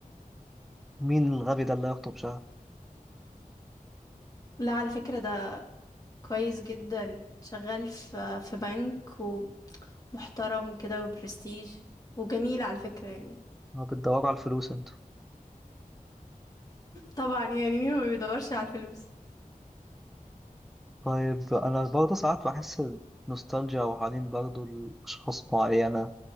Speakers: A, in the centre; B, on the left.
A: مين الغبي ده اللي هيخطب شهر
B: لا على فكرة ده كويس جدا شغال في في بنك ومحترم كده وبرستيج وجميل على فكرة يعني
A: ما بتدوروا على الفلوس انتوا
B: طبعا يعني مين ما بيدورش على الفلوس
A: طيب انا برضه ساعات بحس نوستالجيا وحنين برضه لاشخاص معينه